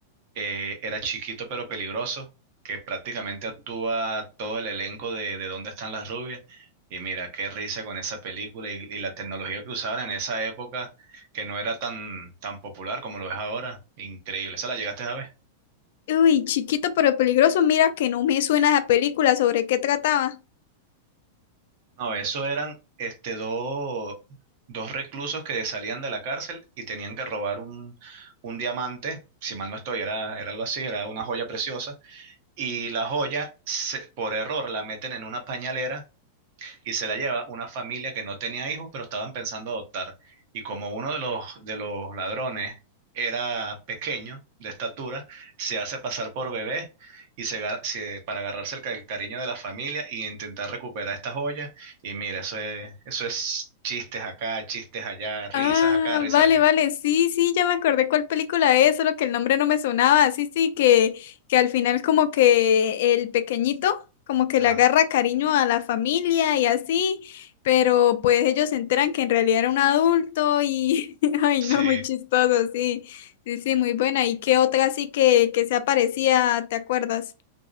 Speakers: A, on the right (about 45°); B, on the left (about 60°).
A: Eh, era chiquito pero peligroso, que prácticamente actúa todo el elenco de, de Dónde están las rubias. Y mira, qué risa con esa película y, y la tecnología que usaban en esa época, que no era tan, tan popular como lo es ahora. Increíble. ¿Esa la llegaste a ver?
B: Uy, chiquito pero peligroso, mira que no me suena esa película, ¿sobre qué trataba?
A: No, eso eran este, dos dos reclusos que salían de la cárcel y tenían que robar un, un diamante, si mal no estoy, era, era algo así, era una joya preciosa, y la joya, se- por error, la meten en una pañalera y se la lleva una familia que no tenía hijos, pero estaban pensando adoptar. Y como uno de los, de los ladrones era pequeño, de estatura, se hace pasar por bebé y se, ga- se- para agarrarse el, ca- el cariño de la familia y intentar recuperar estas joyas. Y mira, eso es, eso es chistes acá, chistes allá, risas
B: Ah,
A: acá, risas
B: vale,
A: allá.
B: vale, sí, sí, ya me acordé cuál película es, solo que el nombre no me sonaba, sí, sí, que, que al final como que el pequeñito como que
A: Ajá.
B: le agarra cariño a la familia y así, pero pues ellos se enteran que en realidad era un adulto y, <laughs> ay,
A: Sí.
B: no, muy chistoso, sí, sí, sí, muy buena. ¿Y qué otra así que, que se aparecía, te acuerdas?